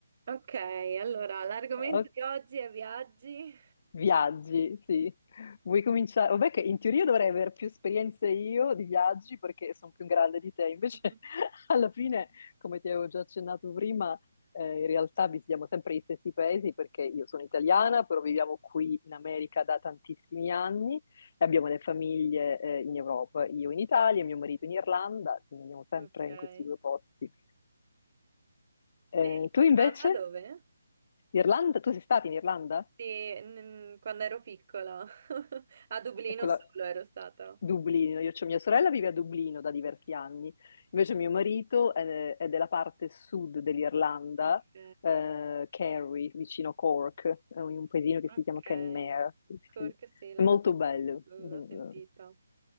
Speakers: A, on the right (about 40°); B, on the left (about 40°).
A: Ok, allora l'argomento
B: Oh,
A: di oggi è viaggi.
B: viaggi, sì. Vuoi cominciare? Vabbè che in teoria dovrei avere più esperienze io di viaggi perché sono più grande di te, invece
A: <laughs>
B: <laughs> alla fine, come ti avevo già accennato prima, eh, in realtà visitiamo sempre gli stessi paesi perché io sono italiana, però viviamo qui in America da tantissimi anni e abbiamo le famiglie, eh, in Europa, io in Italia, mio marito in Irlanda, quindi andiamo sempre
A: Ok.
B: in
A: E
B: questi due posti. Eh,
A: l'Irlanda
B: tu invece?
A: dove?
B: Irlanda? Tu sei stata in Irlanda?
A: Sì, n- quando ero piccola. <laughs> A Dublino
B: è quella
A: solo ero stata.
B: Dublino, io, cioè mia sorella vive a Dublino da diversi anni, invece mio marito è, è della parte sud dell'Irlanda,
A: Ok,
B: eh, Kerry, vicino Cork, è un, un paesino che
A: ok.
B: si chiama Kenmare, sì. sì.
A: Cork sì, l'avevo
B: È molto bello,
A: l'ho
B: mm,
A: sentita.